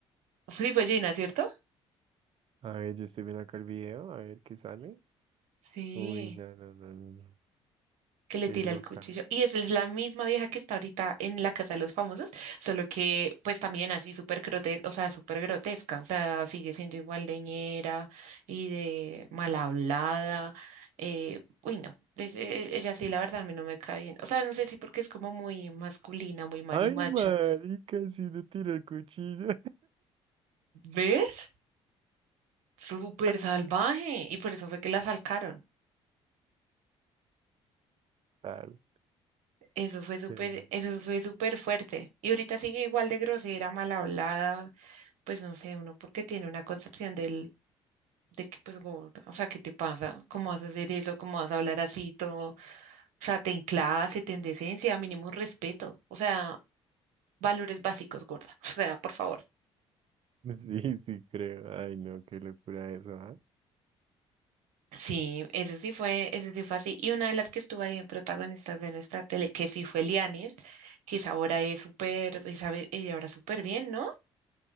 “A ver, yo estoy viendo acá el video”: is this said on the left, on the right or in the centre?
Right